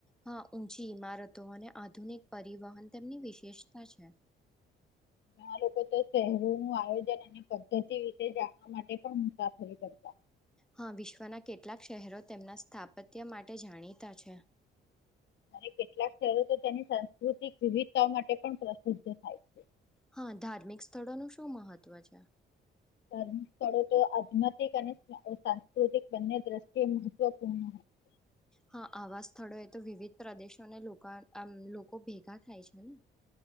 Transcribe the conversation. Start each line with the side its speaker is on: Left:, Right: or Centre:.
Centre: હા ઊંચી ઈમારતો અને આધુનિક પરિવહન તેમની વિશેષતા છે
Left: ઘણા લોકો તો શહેરોનું આયોજન અને પદ્ધતિ વિશે જાણવા માટે પણ મુસાફરી કરતા
Centre: હા વિશ્વના કેટલાક શહેરો તેમના સ્થાપત્ય માટે જાણીતા છે
Left: અને કેટલાક શહેરો તો તેની સાંસ્કૃતિક વિવિધતા માટે પણ પ્રસિદ્ધ થાય છે
Centre: હા ધાર્મિક સ્થળોનું શું મહત્વ છે
Left: ધાર્મિક સ્થળો તો આધ્યાતિક અને સાંસ્કૃતિક બંને દ્રષ્ટિએ મહત્વપૂર્ણ હોય છે
Centre: હા આવા સ્થળો એ તો વિવિધ પ્રદેશોને લોકા આમ લોકો ભેગા થાય છે ને